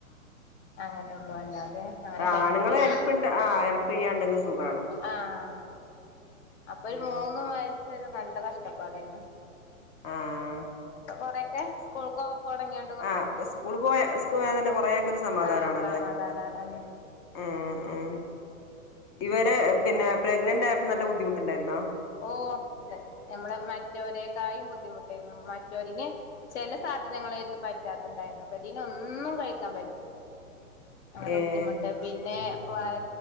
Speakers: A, on the left; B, on the left.
A: അങ്ങനെള്ളൂ അല്ലാതെ അങ്ങനെ
B: ആണ്ങ്ങള്
A: ഹെൽപ് ചെയ്യാൻ
B: ഹെൽപ്പ്ണ്ട ആ ഹെൽപ് ചെയ്യാണ്ട്ങ്ങ സുഗാണ്
A: ആഹ് അപ്പൊര്
B: ഉം
A: മൂന്ന് വയസ്സ് വരെ നല്ല കഷ്ടപ്പാടാര്ന്നു
B: ആഹ്
A: ട്ടൊ കൊറെക്കെ സ്കൂൾക്ക് കൊടങ്ങ്യ
B: ആ സ്കൂൾ പോയ സ്പോയാ തന്നെ കൊറെക്കെ ഒരു സമാധാനാണല്ലേ
A: ആഹ് സമാധാനാണ് ഉം
B: മ് മ് ഇവരേ പിന്നെ പ്രഗ്നന്റ് ആയപ്പോ നല്ലബുദ്ധിമുട്ടുണ്ടായിരുന്നോ
A: ഓഹ് നമ്മളെ മറ്റോനെക്കായും ബുദ്ധിമുട്ടേര്ന്നു മറ്റൊരിന് ചെല സാധനങ്ങളെര്ന്നു പറ്റാത്തത്ണ്ടായിരുന്നു ഇതിനൊന്നും കഴിക്കാൻ പറ്റി അങ്ങനെ
B: ഏഹ്
A: ബുദ്ധിമുട്ട് പിന്നെ വയ